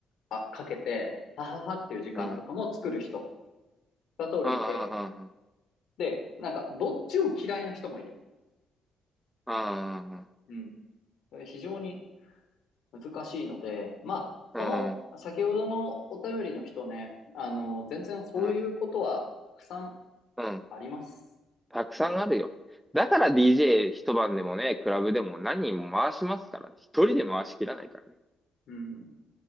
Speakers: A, on the left; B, in the centre.
A: あ、かけて、はははっていう時間とかも作る人、
B: うん。
A: 二通りいて、
B: ああ、
A: で、なんか、どっちを嫌いな人もいる。
B: ああ、ああ、
A: うん。非常に難しいので、まあ、
B: うん、
A: その、先ほどのお便りの人ね、あの、全然そういうことはたくさん
B: うん、うん。
A: あります。
B: たくさんあるよ。
A: うん。
B: だから DJ 一晩でもね、クラブでも何人も回しますから。一人で回しきらないからね。
A: うん、